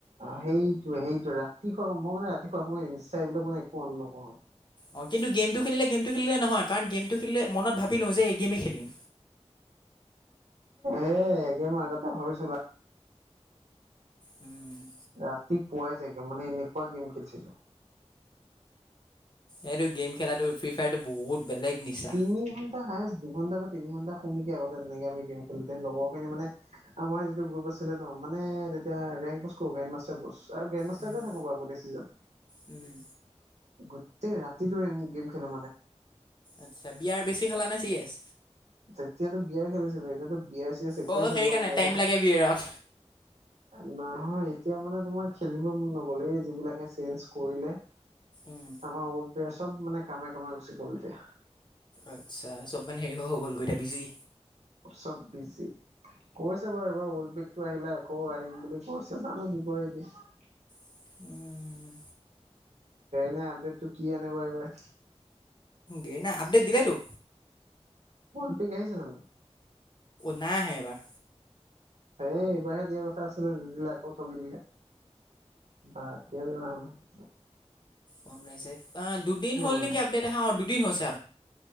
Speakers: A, on the right (about 75°); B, on the left (about 40°).
A: অ সেইটোৱেই-সেইটোৱেই ৰাতিপুৱা মই মানে ৰাতিপুৱা অকনমান ইনষ্টা এইবিলাক মানে একো অন নকৰোঁ
B: অ কিন্তু গেমটো খেলিলে গেমটো খেলিলে নহয় কাৰণ গেমটো খেলিলে মনত ভাবি লওঁ যে এই গেমেই খেলিম।
A: এ একে মই আগতে ভাবিছিলো
B: উম
A: ৰাতি-পুৱাই চাগে। মানে এনেকুৱা গেম খেলিছিলো।
B: এইটো গেম খেলাটো ফ্ৰী-ফায়াৰটো বহুত বেলেগ নিচা
A: তিনি ঘন্টা হায়চ, দুঘন্টা বা তিনি ঘণ্টা নেকি আগতে তেনেকে আমি গেম খেলোতে লগৰখিনি মানে, আমাৰ যিটো গ্ৰুপ আছিলে ন মানে তেতিয়া গ্ৰণ্ড মাষ্টাৰ আৰু গ্ৰেণ্ড মাষ্টাৰ
B: উম
A: থাকো আকৌ চিজেন।
B: উম
A: গোটেই ৰাতিটো গেম খেলো
B: আচ্ছা বি য়াৰ বেছি খালা নে চি এছ?
A: তেতিয়াতো বি য়াৰ খেলিছিলো এতিয়াতো বি য়া চি চ একোৱে
B: অ
A: খেলিব
B: সেইকাৰণে
A: নাই এতিয়া।
B: টাইম লাগে বিয়েৰত
A: নহয়। এতিয়া মানে তোমাৰ খেলিব নগলে যিবিলাকে চেঞ্জ কৰিলে,
B: উম
A: আমাৰ চব মানে কামে-কামে গুচি গল এতিয়া।
B: আচ্ছা চব মানে হেৰি হৈ হৈ গ'লগৈ এতিয়া বিজি।
A: চব বিজি কৈছে বাৰু এইবাৰ অল পিক টো আহিলে আকৌ আহিম বুলি। অছ জানো দিব দ <unintelligible>
B: উম।
A: নাই আপডেটটো কি আনেবা এইবাৰ।
B: গেৰীনা আপডেট দিলে টো।
A: অল পিক আহিছে জানো।
B: ন আহে এবাৰ।
A: সেই এইবাৰে দিয়া কথা আছিলে। নিদিলে আকৌ ঠগি দিলে। বতিয় দি নহ'লে <unintelligible>
B: আহ দুদিন হৈছে
A: মানে
B: আপডেট অহা অ দুদিন হৈছে।